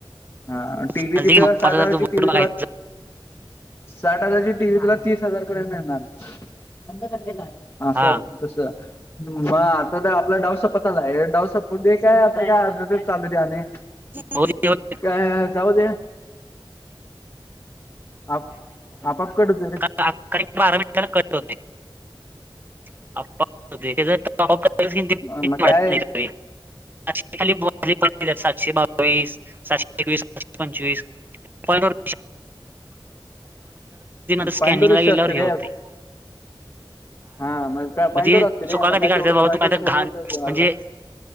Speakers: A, on the left; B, on the right.
A: हा टीव्ही
B: चालतंय
A: तिथं
B: की मग
A: साठ
B: पाच हजारचं
A: हजारची
B: बुट
A: टीव्ही
B: बघायचं
A: तुला साठ हजारची टीव्ही तुला तीस हजार पर्यंत मिळणार बंद कर ते गाणं असं.
B: हा
A: तस मग आता तर आपला डाव सपत आलाय, ह्यो डाव सपून दे काय <unintelligible> चालू दे आणि
B: <unintelligible>
A: काय जाऊ दे आप आपोआप कट होतय रे
B: <unintelligible> कट होतय <unintelligible>
A: मग काय
B: सातशे खालीले सातशे बावीस, सातशे एकवीस सातशे पंचवीस <unintelligible> पॉईंटॉंट स्कॅनिंग
A: पॉईंट वर विषय
B: ला गेल्यावर
A: असतोय
B: हे
A: रे
B: होतयं.
A: हा मग त्या पॉईंट
B: म्हणजे
A: वर असतंय रे
B: चुका
A: मग
B: कधी
A: काय
B: करतात
A: तेवढंच
B: बाबा
A: पॉईंटवर
B: तू काय तर
A: खेळतच
B: घाण
A: तमला
B: म्हणजे